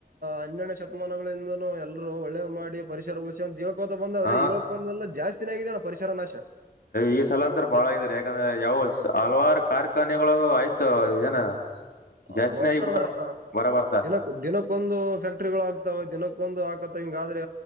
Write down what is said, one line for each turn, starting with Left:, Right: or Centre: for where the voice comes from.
Right: ಹನ್ನೆರಡು ಶತಮಾನಗಳಿಂದ ಎಲ್ಲರು ಒಳ್ಳೇದು ಮಾಡಿ ಪರಿಸರ ಉಳಿಸಿ ಅಂತ ಹೇಳ್ ಬಂದ್ರೆ
Left: ಹಾ
Right: ಹೇಳಕೊಂದಲ್ಲ ಜಾಸ್ತಿನಾಗಗ್ಯಣ್ಣ ಪರಿಸರ ನಾಶ
Left: ಈ ಸಲ ಅಂತ ಬಾಳಗಾರೆ ಯಾಕಂದ್ರೆ ಯಾವ ಹಲ್ವಾರು ಕಾರ್ಖಾನೆಗಳಗೂ ಆಯ್ತು ಏನ ಜಾಸ್ತಿನೇ
Right: ಹಲವಾರಣ
Left: ಆಗಿಬಿಟ್ಟಾವ ಬರ ಬರ್ತಾ
Right: ದಿನ ದಿನಕ್ಕೊಂದು ಫ್ಯಾಕ್ಟ್ರಿಗಳು ಆಗ್ತಾವ ದಿನಕ್ಕೊಂದು ಆ ಹಿಂಗಾದ್ರೆ